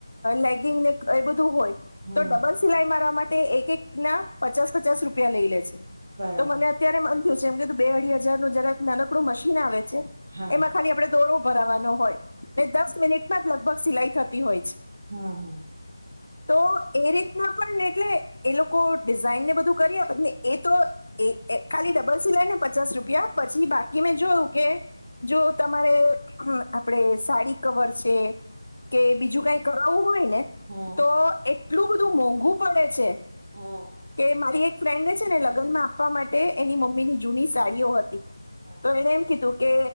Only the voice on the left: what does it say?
લેગિંગને એ બધું હોય.
તો ડબલ સિલાઈ મારવા માટે તે એક એક ના પચાસ પચાસ રૂપિયા લઈ લે છે.
તો મને અત્યારે મ એમ કધું બે અઢી હજાર નું જરાક નાનકડું મશીન આવે છે. એમાં
ખાલી આપ દોરો ભરાવાનો હોય દસ મિનિટ મા લગભગ સિલાઈ થતી હોય છે.
તો એ રીતના પણ એટલે એ લોકો ડિઝાઇનને બધું કરીને એ તો ખાલી ડબલ સિલાય ને પચાસ રૂપિયા પછી બાકી મેં જોયું કે જો તમારે આપડે સાડી કવર છે કે બીજું કઈ કરાવું હોય ને
તો એક એટલું બધું મોંઘું પડે છે.
કે મારી એક ફ્રેન્ડને છે ને લગનમાં આપવા માટે એની મમ્મીની જૂની સાડીઓ હતી.
તો એમ કી તો કે